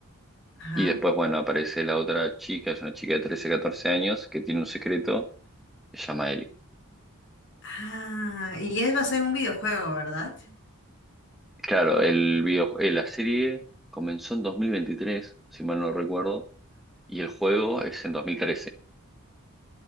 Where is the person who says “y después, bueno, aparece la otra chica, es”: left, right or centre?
Centre